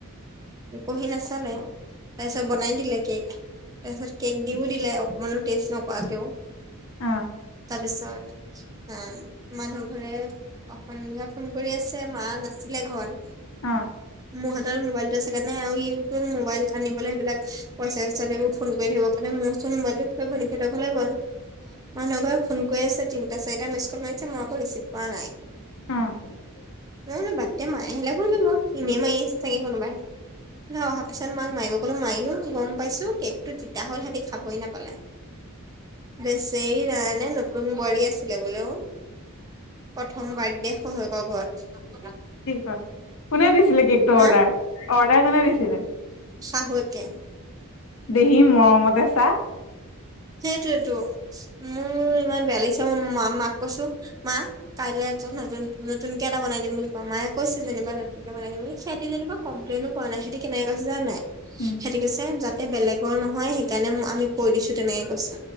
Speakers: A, on the right; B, on the left.
A: <inaudible> পঢ়ি নাচালে তাৰপিছত বনাই দিলে কেক তাৰপিছত কেক দিও দিলে। <inaudible> অকমানো টেষ্ট নকৰাকেও। <inaudible>
B: অঁ! <inaudible>
A: তাৰপিছত আ মানুহ ঘৰে <unintelligible> ফোন কৰি আছে মা নাছিলে ঘৰত। <inaudible>
B: অঁ! <inaudible>
A: মোৰ হাতত মোবাইলটো আছে কাৰনে হে আৰু ইউটিউবত মোবাইল আনি পেলাই সেইবিলাক পইচা-চইচা লৈ ফোন কৰি থাকিব। <unintelligible> <unintelligible> মানে মোৰ ওচৰত মোবাইলটো থৈ নিকিতৰ ঘৰলৈ গল। <inaudible> মানুহ ঘৰে ফোন কৰি আছে তিনিটা, চাৰিটা মেছ্কল মাৰিছে মই আকৌ ৰিচিভ কৰা নাই। <inaudible>
B: অঁ! <inaudible>
A: নহ <inaudible> বাতদে মায়ে আহিলে ফোন কৰিব। এনেই মাৰি আছে চাগে কোনোবাই। <inaudible> <inaudible> অহা পিছত মাক মাৰিব কলো মাৰিলো গম পাইছো কেকটো তিতা হল সিহঁতি খাবই নাপালে। বেচেৰি জানানে নতুন বোৱাৰী আছ <unintelligible> বলৈও প্ৰথম বাৰ্থডে শহুৱেকৰ ঘৰত। <inaudible>
B: কি কত <inaudible> কোনে দিছিলে কেকটো
A: হা
B: অৰ্ডাৰ, অৰ্ডাৰ কোনে দিছিলে?
A: শাহুৱেকে। <inaudible>
B: দেহি মৰমতে চা। <inaudible>
A: সেইটোৱেইটো মোৰ ইমান বেয়া লাগিছে মই মাক কৈছোঁ মা <unintelligible> কাইলে ত নতুন-নতুনকে এটা বনাই দিম বুলি কোৱা। মায়ে কৈছে যেনিবা নতুনকে বনাই দিম বুলি। সিহঁতি যেনিবা <inaudible> কমপ্লেইনো কৰা নাই সিহঁতি কেনে কৈছে জানা নাই? <inaudible>
B: উম <inaudible>
A: সিহঁতি কৈছে যাতে বেলেগৰ নহয় সেইকাৰণে আমি কৈ দিছো তেনেকে কৈছে।